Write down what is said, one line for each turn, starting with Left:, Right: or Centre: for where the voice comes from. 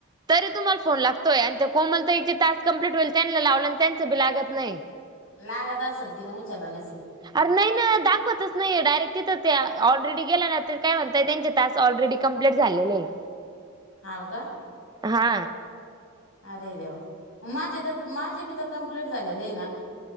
Right: तरी तुम्हाला फोन लागतोय आणि त्या कोमल ताईचे टास कम्प्लीट होईल, त्यांना लावला आणि त्यांच बी लागत नाही.
Left: लागत असन ति ना उचलला नसेल.
Right: अर नाही ना दाखवतच नाही. डायरेक्ट तिथं ते ऑलरेडी गेल्या ना, ते काय म्हणताय त्यांच्या टास आलरेडी कॉम्पलिट झालेलं ये.
Left: हाव का?
Right: हा.
Left: अरे देेवा! माझे तर, माझे बी तर, कम्प्लेट झालेले ये ना.